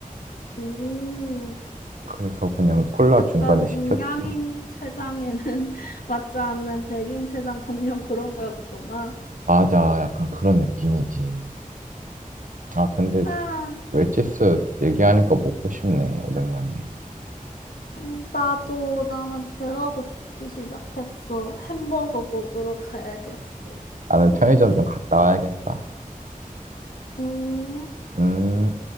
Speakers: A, on the left (about 80°); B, on the right (about 65°).
A: 음,
B: 그래서 그냥 콜라
A: 약간
B: 중간에
A: 동양인
B: 시켰지.
A: 체장에는 <laughs> 맞지 않는 백인 체장 전용 그런 거였구나.
B: 맞아. 약간 그런 느낌이지. 아, 근데
A: 아.
B: 웰치스 얘기하니까 먹고 싶네, 오랜만에.
A: 음, 나도 나는 배가 고프기 시작했어. 햄버거 먹으러 가야겠어.
B: 나는 편의점 좀 갔다 와야겠다.
A: 음.
B: 음.